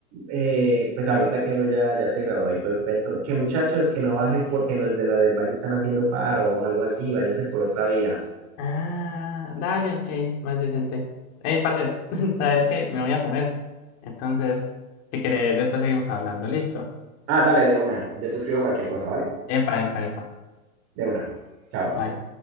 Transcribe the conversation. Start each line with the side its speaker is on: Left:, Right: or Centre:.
Right: eh, pues ahorita que uno ya, ya se graduó y todo el cuento, que muchachos que no bajen porque los de la del Valle están haciendo paro o algo así, váyanse por otra vía.
Left: Ah, dale, ok, más decente. Hey, parce, <laughs> ¿sabes qué? Me voy a comer. Entonces, si querés, después seguimos hablando. Listo.
Right: Ah, dale, de una. Yo te escribo cualquier cosa, ¿vale?
Left: Epa, epa, epa.
Right: De una. Chao.
Left: Bye.